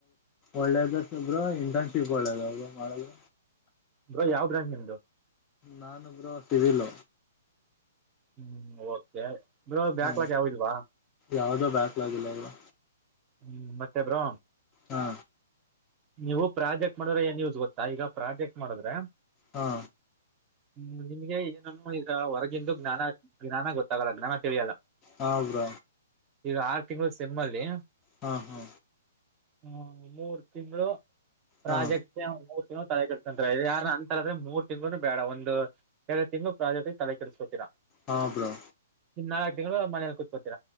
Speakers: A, on the left; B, on the right.
A: ಒಳ್ಳೇದ ಒಬ್ರು ಇಂಟರ್ನ್ಶಿಪ್ ಒಳ್ಳೇದ ಒಬ್ ಮಾಡದು
B: ಬ್ರೋ ಯಾವ ಬ್ರಾಂಚ್ ನಿಮ್ದು
A: ನಾನೊಬ್ರು ಅಷ್ಟಿಲ್ಲ
B: ಹ್ಮ್ ಓಕೆ ಇ ಬ್ಯಾಕ್ಲಾಕ್
A: ಹಾ
B: ಯಾವಲ್ವಾ
A: ಯಾವ್ದೋ ಬ್ಯಾಕ್ಲಾಗ್ ಇಲ್ಲ ಬ್ರೋ
B: ಹ್ಮ್ ಮತ್ತೆ ಬ್ರೋ
A: ಹಾ
B: ನೀವು ಪ್ರಾಜೆಕ್ಟ್ ಮಾಡಿದ್ರೆ ಏನ್ಯೂಸ್ ಗೊತ್ತಾ ಈಗ ಪ್ರಾಜೆಕ್ಟ್ ಮಾಡಿದ್ರೆ
A: ಹಾ
B: ಹ್ಮ್ ನಿಮ್ಗೆ ಏನನು ಈಗ ಹೊರಗಿಂದು ಜ್ಞಾನ ಜ್ಞಾನ ಗೊತ್ತಾಗಲ್ಲ ಜ್ಞಾನ ತಿಳಿಯಲ್ಲ
A: ಹಾಬ್ರ್
B: ಈಗ ಆರು ತಿಂಗಳು ಸೆಮ್ಮಲ್ಲಿ
A: ಹಾ ಹಾ
B: ಹ ಮೂರು ತಿಂಗಳು ಪ್ರಾಜೆಕ್ಟ್
A: ಹಾ
B: ಮೂರ್ ತಿಂಗಳು ತಲೆಗಡ್ತಂತ ಯಾರ ಅಂತ ಅ್ರ ಮೂರ್ ತಿಂಗ್ಗಳುನು ಬೇಡ ಒಂದು ಎರಡು ತಿಂಗಳು ಪ್ರಾಜಕ್ ತಲೆ ಕೆಟ್ಟಿಸಸ್ಕೊತೀರಾ
A: ಹಾ ಬ್ರೋ
B: ಇನ್ ನಾಲ್ಕ್ ತಿಂಗಳು ಮನೆಯಲ್ಲಿ ಕ ಕುತ್ಕೋತೀ